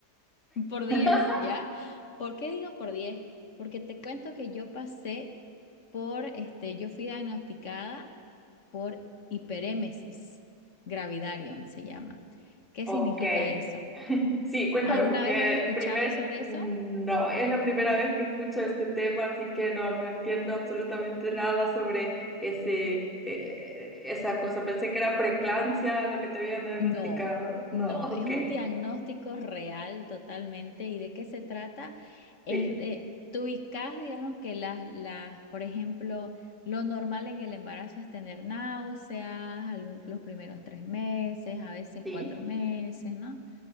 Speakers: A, on the left; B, in the centre.
A: <laughs> por diez
B: <laughs>
A: ¿ya? ¿Por qué digo por diez Porque te cuento que yo pasé por, este, yo fui diagnosticada por hiperémesis gravidarium, se llama. ¿Qué
B: Ok.
A: significa
B: <laughs>
A: eso?
B: Sí, cuéntame
A: ¿Alguna
B: porque
A: vez has escuchado
B: primer,
A: sobre
B: mm,
A: eso?
B: no, es la primera vez que escucho este tema, así que no, no entiendo absolutamente nada sobre ese, eh, esa cosa. Pensé que era preeclampsia lo que te habían diagnosticado.
A: No, no,
B: No, ok.
A: es un diagnóstico real totalmente. ¿Y de qué se trata? Es
B: Sí,
A: de, tú ubicas, digamos que las, las, por ejemplo, lo normal en el embarazo es tener náuseas, algún- los primeros tres meses, a veces
B: sí,
A: cuatro meses, ¿no?